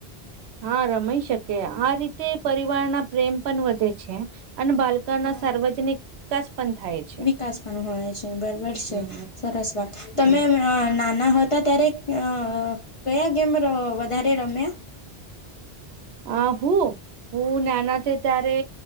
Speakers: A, on the right; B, on the left.
A: હા રમાઈ શકે આ રીતે પરિવાર ના પ્રેમ પણ વધે છે અને બાલ
B: હા
A: ના સાર્વજનિક વિકાસ પણ થાય છે
B: વિકાસ પણનું હોય છે બરાબર છે
A: હમ
B: સરસ વાત તમે
A: હમ
B: નાના હતા ત્યારે અ કયા ગેમ વધારે રમ્યા
A: આહું હું નાના છે ત્યારે